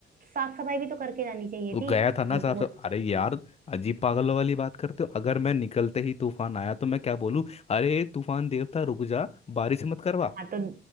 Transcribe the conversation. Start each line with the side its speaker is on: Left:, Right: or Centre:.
Right: साफ सफाई भी तो करके जानी चाहिए
Left: तो
Right: थी
Left: गया था ना
Right: हमको
Left: साहब
Right: बोलिए
Left: से अरे यार अजीब पागलों वाली बात करते हो अगर मैं निकलते ही तूफान आया तो मैं क्या बोलूं अरे तूफान देवता रुक जा बारिश मत करवा
Right: हाँ तो